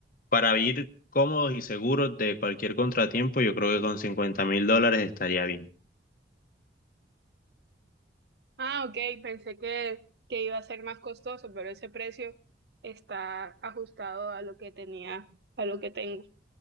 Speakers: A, on the left; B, on the right.
A: Para vivir cómodos y seguros de cualquier contratiempo, yo creo que con cincuenta mil dólares estaría bien.
B: Ah, ok, pensé que, que iba a ser más costoso, pero ese precio está ajustado a lo que tenía, a lo que tengo